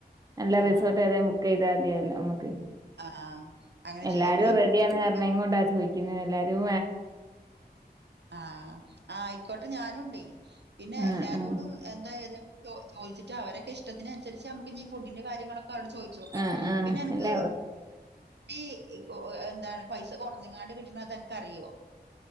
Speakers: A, on the right; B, on the right.
A: എല്ലാ
B: ആഹ്
A: റിസോർട്ട് ഏത ബുക്ക് ചെയ്താൽ മതില്ല നമുക്ക്
B: ആഹ് അങ്ങനെ
A: എല്ലാരും
B: ചെയ്യാം പിന്നെ ഒരു
A: റെഡിയ
B: ദിവസം
A: ആാണ്
B: നമുക്ക്
A: കാരണം എങ്ങ കൊണ്ടാ ചോദിക്കുന്നത് എല്ലാരും
B: ആഹ ആ ആയിക്കോട്ടെ ഞാനുണ്ടേ പിന്നെ
A: ആഹ്
B: എല്ലാരോടും
A: ആഹ്
B: എന്താായത് ചോദിച്ചി് അവരൊക്കെ ഇഷത്തിനുസരിച്ച് നമുക്ക്ീ ഫുഡിന്റെ കാര്യങ്ങളൊക്കെ അവിടെ ചോദിച്ചു നോക്ക
A: ആഹ് ആഹ്
B: പിന്നെ എനിക്ക്
A: അല്ല
B: ഈ എന്താണ് പൈസ കുറഞ്ഞങ്ങാണ്ട് കിട്ടണത എനക്ക്റിയോ